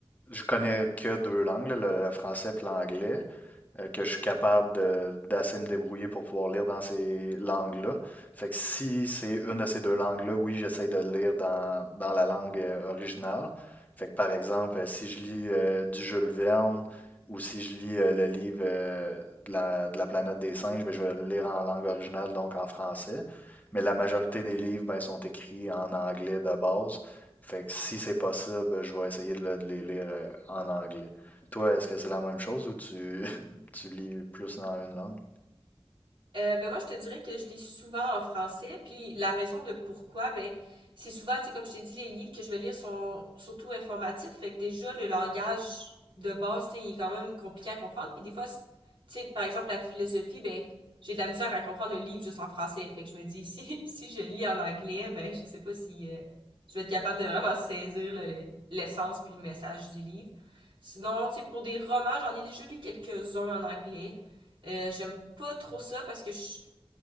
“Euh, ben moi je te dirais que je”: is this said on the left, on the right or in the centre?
Right